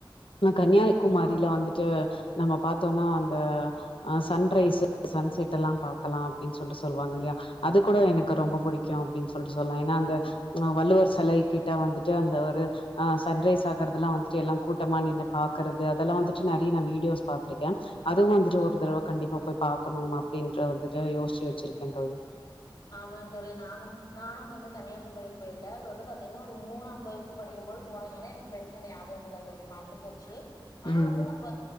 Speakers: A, on the left; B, on the left.
A: கன்னியாகுமாரில வந்துட்டு நம்ம பாத்தோம்னா அந்த அ சன்ரைஸ் சன்செட் எல்லா பாக்கலாம் அப்டின்னு சொல்லுவாங்க இல்லயா அது கூட எனக்கு ரொம்ப பிடிக்கும் அப்டினு சொல்லிடு சொன்னே அந்த வள்ளுவர் சில கிட்ட வந்துட்டு அந்த ஒரு சன்ரைஸ் ஆகுறதெல்லாம் வந்து எல்லா கூட்டமா நின்னு பாக்கறது அதெல்லாம் வந்துட்டு நெறைய நா வீடியோஸ் பாத்திருக்கேன் அதுவும் வந்துட்டு ஒரு தடவை கண்டிப்பா போய் பாக்கணும் அப்டிற வந்துட்டு யோசிச்சி வச் சுருக்கேன் தோழி
B: ஆமா தோழி நானும் நானும் வந்து கன்னியாகுமரிக்கு போயிருக்கேன் அது வந்து பா பாத்திங்கன்னா ஒரு மூணாம்து வகுப்பு படிக்கும் போது போன நால எனக்கு பெருசா ஞாபகம் இல்ல தோழி மறந்து போச்சு ஆ
A: ம்
B: வந்து நம்ப